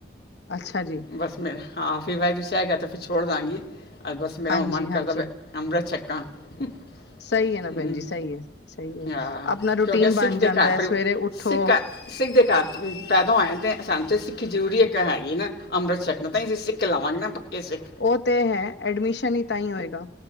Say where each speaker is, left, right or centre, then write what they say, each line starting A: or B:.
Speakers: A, on the left; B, on the left.
A: ਅੱਛਾ ਜੀ
B: ਬਸ ਮੈਂ ਹਾਂ ਫਿਰ ਵ <unintelligible> ਤਾਂ ਫਿਰ ਛੋੜ ਦਵਾਂਗੀ ਬਸ ਮੇਰਾ
A: ਹਾਂਜੀ
B: ਮਨ
A: ਹਾਂਜੀ
B: ਕਰਦਾ ਵ ਅੰਮ੍ਰਿਤ ਛੱਕਾ ਹੂੰ
A: ਸਹੀ ਹੈ ਨਾ ਭੈਣ ਜੀ ਸਹੀ ਹੈ ਸਹੀ ਹੈ
B: ਹਾਂ
A: ਆਪਣਾ ਰੂਟੀਨ
B: ਕਿਉਂਕਿ ਸਿੱਖ
A: ਬਣ
B: <unintelligible>
A: ਜਾਂਦਾ ਹੈ ਸਵੇਰੇ ਉੱਠੋ
B: ਸਿੱਖ ਸਿੱਖ ਦੇ ਘਰ ਪੈਦਾ ਹੋਏਆ ਤੇ ਸਾਨੂੰ ਤਾਂ ਸਿੱਖ ਜ਼ਰੂਰੀ ਇੱਕ ਹੈਗੀ ਨਾ ਅੰਮ੍ਰਿਤਸਰ ਨੂੰ ਤਾਂ ਅਸੀਂ ਸਿੱਖ ਲਾਵਾਂਗੇ ਨਾ ਕੇ ਸਿੱਖ
A: ਉਹ ਤੇ ਹੈ ਐਡਮਿਸ਼ਨ ਈ ਤਾਂ ਈ ਹੋਏਗਾ